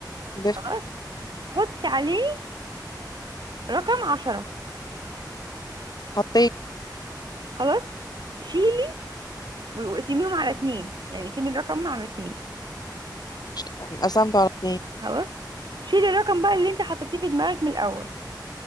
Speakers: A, on the left (about 60°); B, on the right (about 70°).
A: دف
B: خلاص حطي عليه رقم عشرة
A: حطيت
B: خلاص شيلي و- وقسميهم على اتنين يعني قسمي الرقم على اتنين
A: ش- قسمته على اتنين
B: خلاص شيلي الرقم بقى اللي انت حطيتيه في دماغك من الأول